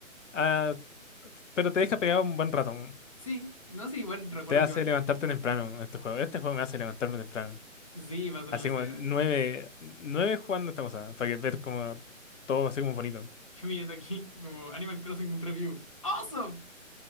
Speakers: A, on the left (about 65°); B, on the left (about 25°).
A: ah, pero te deja pegado un buen rato.
B: Sí, no sé, igual recuerdo
A: Te hace
B: que con...
A: levantarte temprano este juego. Este juego me hace levantarme temprano.
B: Sí, va a
A: Así
B: ser la
A: como
B: escena.
A: nueve, nueve jugando esta cosa, para que ver como todo así como bonito.
B: <laughs> ¿Qué mierda aquí? Como Animal Crossing un review. ¡Awesome!